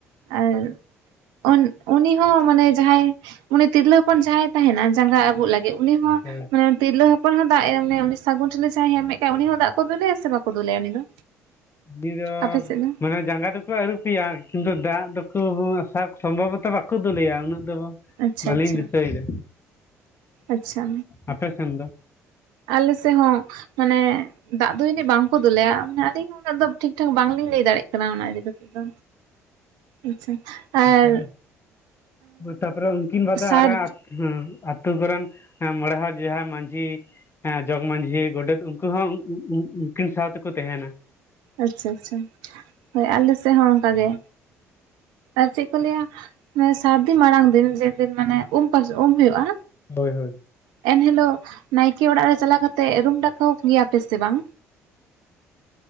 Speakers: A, on the right; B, on the left.
A: ᱟᱨ ᱩᱱᱤ ᱦᱚᱸ ᱢᱟᱱᱮ ᱡᱟᱦᱟᱸᱭ ᱩᱱᱤ ᱛᱤᱨᱞᱟᱹ ᱦᱚᱯᱚᱱ ᱡᱟᱦᱟᱸᱭ ᱛᱟᱦᱮᱱᱟ ᱡᱟᱸᱜᱟ ᱟᱵᱩᱜ ᱞᱟᱹᱜᱤᱫ ᱩᱱᱤ ᱦᱚᱸ
B: ᱦᱳᱭ
A: ᱢᱟᱱᱮ ᱛᱤᱨᱞᱟᱹ ᱦᱚᱯᱚᱱ <unintelligible> ᱫᱟᱜ ᱮ ᱢᱟᱱᱮ ᱩᱱᱤ ᱥᱟᱹᱜᱩᱱ ᱴᱷᱤᱞᱤ ᱡᱟᱦᱟᱸᱭᱮ ᱦᱮᱨᱢᱮᱫ ᱠᱟᱜ ᱩᱱᱤ ᱦᱚᱸ ᱫᱟᱜ ᱠᱚ ᱫᱩᱞᱮᱭᱟ ᱥᱮ ᱵᱟᱠᱚ ᱫᱩᱞᱮᱭᱟ ᱩᱱᱤ ᱫᱚ
B: ᱩᱱᱤ ᱫᱚ
A: ᱟᱯᱮ ᱥᱮᱫ ᱫᱚ
B: ᱢᱟᱱᱮ ᱡᱟᱸᱜᱟ ᱫᱚ ᱠᱚ ᱟᱹᱨᱩᱯᱮᱭᱟ ᱠᱤᱱᱛᱩ ᱫᱟᱜ ᱫᱚᱠᱚ ᱥᱚᱢᱵᱷᱚᱵᱚᱛᱚ ᱵᱟᱠᱚ ᱫᱩᱞᱮᱭᱟ ᱩᱱᱟᱹᱜ ᱫᱚ
A: ᱟᱪᱪᱷᱟ
B: ᱵᱟᱞᱤᱧ
A: ᱟᱪᱪᱷᱟ
B: ᱫᱤᱥᱟᱹᱭ ᱫᱟ
A: ᱟᱪᱪᱷᱟ
B: ᱟᱯᱮ ᱥᱮᱱ ᱫᱚ
A: ᱟᱞᱮ ᱥᱮ‌ ᱦᱚᱸ ᱢᱟᱱᱮ ᱫᱟᱜ ᱫᱚ ᱡᱟᱹᱱᱤᱡ ᱵᱟᱝᱠᱚ ᱫᱩᱞᱮᱭᱟ ᱢᱟᱱᱮ ᱟᱞᱤᱧ ᱦᱚᱸ ᱩᱱᱟᱹᱜ ᱫᱚ ᱴᱷᱤᱠ ᱴᱷᱟᱠ ᱵᱟᱝᱞᱤᱧ ᱞᱟᱹᱭ ᱫᱟᱲᱮᱜ ᱠᱟᱱᱟ ᱚᱱᱟ ᱤᱫᱤ ᱠᱟᱛᱮ ᱫᱚ ᱟᱪᱪᱷᱟ
B: ᱛᱟᱯᱚᱨᱮ
A: ᱟᱨ
B: ᱛᱟᱯᱚᱨᱮ ᱩᱱᱠᱤᱱ ᱵᱟᱫᱮ
A: ᱥᱟᱨ
B: ᱟᱨ ᱦᱩᱸ ᱟᱛᱩ ᱠᱚᱨᱮᱱ ᱢᱚᱬᱮ ᱦᱚᱲ ᱡᱟᱦᱟᱸ ᱢᱟᱡᱷᱤ ᱦᱮᱸ ᱡᱚᱜᱽ ᱢᱟᱡᱷᱤ ᱜᱚᱰᱮᱛ ᱩᱱᱠᱩ ᱦᱚᱸ ᱩᱸᱜ ᱩᱸᱜ ᱩᱸᱜ ᱩᱱᱠᱤᱱ ᱥᱟᱶᱛᱮᱠᱚ ᱛᱟᱦᱮᱱᱟ
A: ᱟᱪᱪᱷᱟ ᱟᱪᱪᱷᱟ ᱦᱳᱭ ᱟᱞᱮ ᱥᱮᱫ ᱦᱚᱸ ᱚᱱᱠᱟ ᱜᱮ ᱟᱨ ᱪᱮᱫ ᱠᱚ ᱞᱟᱹᱭᱟ ᱥᱟᱨᱫᱤ ᱢᱟᱲᱟᱝ ᱫᱤᱱ ᱡᱮᱫᱤᱱ ᱢᱟᱱᱮ ᱩᱢ ᱯᱟᱥ ᱩᱢ ᱦᱩᱭᱩᱜᱼᱟ
B: ᱦᱳᱭ ᱦᱳᱭ
A: ᱮᱱᱦᱤᱞᱳᱜ ᱱᱟᱭᱠᱮ ᱚᱲᱟᱜ ᱨᱮ ᱪᱟᱞᱟᱣ ᱠᱟᱛᱮᱜ ᱨᱩᱢ ᱰᱟᱠᱟᱣ ᱜᱮᱭᱟ ᱯᱮ ᱥᱮ ᱵᱟᱝ